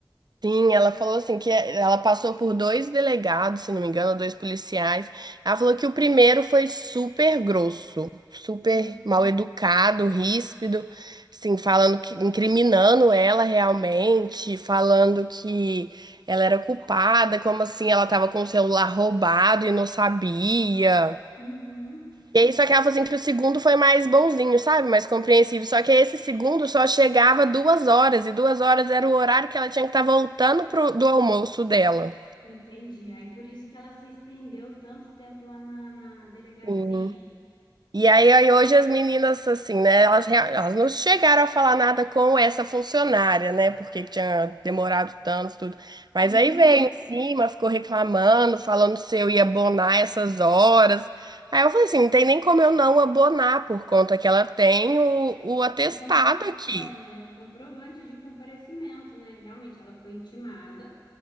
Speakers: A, on the right; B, on the left.
A: Sim, ela falou assim que é, ela passou por dois delegados, se não me engano, dois policiais. Ela falou que o primeiro foi super grosso, super
B: Hum,
A: mal educado, ríspido, assim, falando que incriminando ela realmente, falando que ela era culpada, como assim ela estava com o celular roubado e não sabia.
B: uhum,
A: E aí, só que ela falou assim que o segundo foi mais bonzinho, sabe? Mais compreensível. Só que esse segundo só chegava duas horas, e duas horas era o horário que ela tinha que estar voltando pro, do almoço dela.
B: entendi. Aí por isso que ela se estendeu tanto tempo lá na, na delegacia.
A: Sim. E aí, aí hoje as meninas, assim, né? Elas, rea- elas não chegaram a falar nada com essa funcionária, né? Porque que tinha demorado tanto, tudo. Mas
B: Uhum.
A: aí veio em cima, ficou reclamando, falando se eu ia abonar essas horas. Aí eu falei assim, não tem nem como eu não abonar por conta que ela tem o, o atestado
B: O com-
A: aqui.
B: é, o comprovante de comparecimento, né? Realmente ela foi intimada.